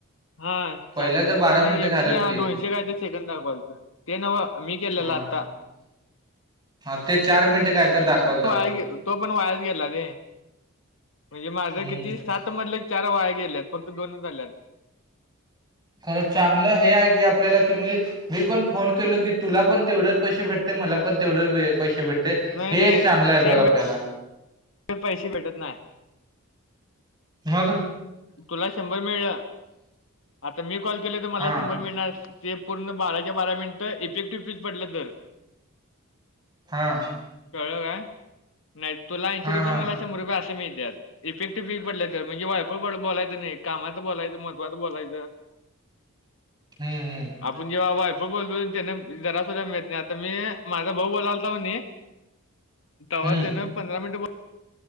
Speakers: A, on the left; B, on the right.
A: हा
B: पहिल्याच
A: च्या,
B: बारा
A: नाही
B: मिनिटं
A: एकशे
B: झाल्यात
A: हा
B: की
A: दोनशे काय ते सेकंद दाखवालत ते नव्ह मी केलेलं
B: हा
A: आता
B: हा... ते चार मिनटं काय तर
A: हम्म
B: दाखवालतं
A: वाया
B: आप
A: गे तो पण वायाच गेला रे, म्हणजे माझ
B: हम्म
A: किती सात मधलं चार वाया गेल्यात फक्त दोनच झाल्यात.
B: खरं चांगलं हे आहे की आपल्याला कि मी पण फोन केलो की तुला पण तेवढेच पैसे भेटते मला पण तेवढ पैसे भेटते ते
A: नाही
B: हे
A: नाही
B: एक चांगलं आहे
A: सेम
B: बघ आपल्याला
A: पैसे भेटत नाही
B: मझ
A: तुला शंभर मिळलं आता मी कॉल केल तर मला
B: हा
A: शंभर मिळणार. ते पूर्ण बाराच्या बारा मिनिटं इफेक्टिव्ह पीज पडले तर
B: हा
A: कळलं का नाही तुला ऐंशी
B: हा
A: रुपये
B: हा
A: मला शंभर रुपय अशे मिळतेयात इफेक्टि पी पडले तर म्हणजे वाय ब, ब, बोलायच नाही कामचं बोलायच, महत्वाच बोलायचं
B: हम्म, हम्
A: आपण जेव्हा वायफळ बोलतो तेन जरासद्धा मिळत नाही आता मी माझा भाऊ बोलालता व्हणी, तवा
B: हम्म
A: तेन पंधरा मिनिट ब